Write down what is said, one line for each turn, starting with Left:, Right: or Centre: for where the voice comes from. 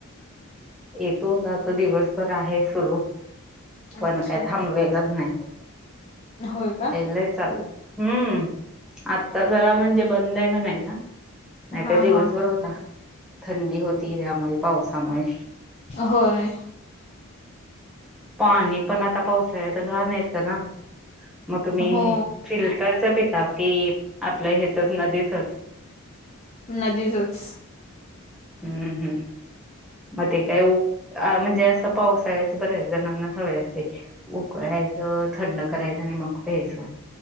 Centre: येतो जातो दिवसभर आहे सुरू. पण
Left: अच्छा
Centre: काय थांबलेलंच नाही.
Left: होय का
Centre: लय चाललंय. हम्म. आता जरा म्हणजे बंदय म्हणायचा. नाही
Left: हा
Centre: तर दिवसभर
Left: हा
Centre: होता. थंडी होती त्यामुळे पावसामुळे.
Left: होय.
Centre: पाणी पण आता पावसाळ्यात घाण येतं ना? मग तुम्ही
Left: हो
Centre: फिल्टरच पिता की, आपलं ह्याचच नदीचच?
Left: नदीचच.
Centre: हम्म- हम्म. मग ते काय म्हणजे असं पावसाळ ते बऱ्या जणांना सवय असते उकळायचं, थंड करायचं, आणि मग प्यायचं.